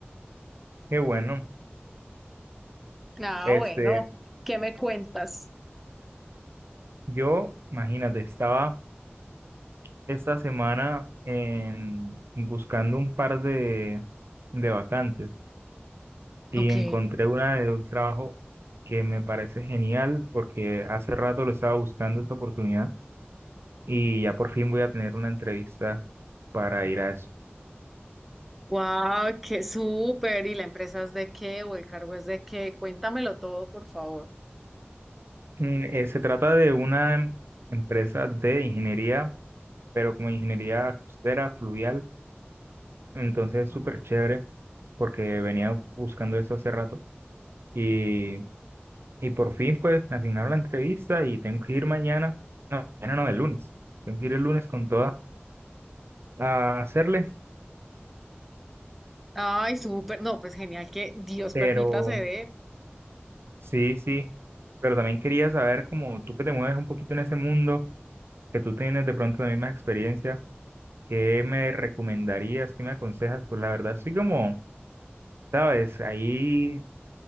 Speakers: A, on the right; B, in the centre.
A: Qué bueno.
B: Ah,
A: Este,
B: bueno, ¿qué me cuentas?
A: yo, imagínate, estaba esta semana en, buscando un par de, de vacantes y
B: Ok.
A: encontré una de un trabajo que me parece genial porque hace rato lo estaba buscando esta oportunidad. y ya por fin voy a tener una entrevista para ir a eso.
B: Wow, qué súper. ¿Y la empresa es de qué o el cargo es de qué? Cuéntamelo todo, por favor.
A: Mm, eh, se trata de una em- empresa de ingeniería, pero como ingeniería costera, fluvial, entonces es
B: Ah.
A: súper chévere porque venía buscando eso hace rato y, y por fin pues me asignaron la entrevista y tengo que ir mañana, no, mañana no, el lunes, tengo que ir el lunes con toda a hacerle,
B: Ay, súper. No, pues genial que Dios
A: pero
B: permita se dé.
A: sí, sí, pero también quería saber como tú que te mueves un poquito en ese mundo, que tú tienes de pronto la misma experiencia. ¿Qué me recomendarías? ¿Qué me aconsejas? Pues la verdad, sí como, sabes, ahí